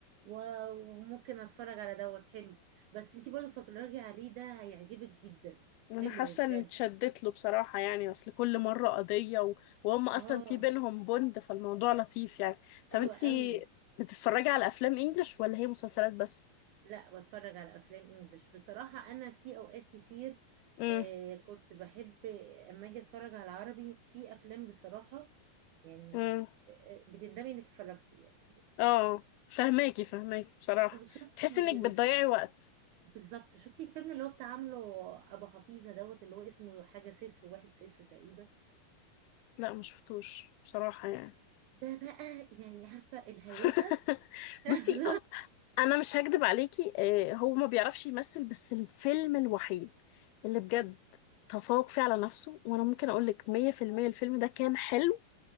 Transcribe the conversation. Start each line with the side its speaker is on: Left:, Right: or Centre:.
Right: و- وممكن اتفرج على دوت حلو بس انتي برضه فكري عليه ده هيعجبك جدا
Left: انا
Right: حلو
Left: حاسه
Right: بجد
Left: اني اتشدت له بصراحه يعني اصل كل مره قضيه و... وهم اصلا
Right: اه
Left: في بينهم بوند فالموضوع لطيف يعني طب
Right: حلو
Left: انتي
Right: قوي
Left: بتتفرجي على افلام انجلش ولا هي مسلسلات بس
Right: لا بتفرج على افلام انجليش بصراحة انا في اوقات كتير
Left: امم
Right: آه، كنت بحب اما اجي اتفرج على عربي في افلام بصراحة يعني
Left: امم
Right: آه، آه، بتندمي انك اتفرجتي يعني
Left: اه فهماكي فهماكي بصراحه
Right: <laughs> شفتي
Left: تحسي انك بتضيعي وقت
Right: بالظبط شفتي الفيلم اللي هو بتاع عامله ابو حفيظه دوت اللي هو اسمه حاجه صفر واحد صفر تقريبا
Left: لا ما شفتوش بصراحه يعني
Right: ده بقى يعني عارفه الهيافه
Left: <laughs>
Right: <laughs>
Left: بصي أ- انا مش هكدب عليكي آه، هو ما بيعرفش يمثل بس الفيلم الوحيد اللي بجد تفوق فيه على نفسه وانا ممكن اقول لك 100% الفيلم ده كان حلو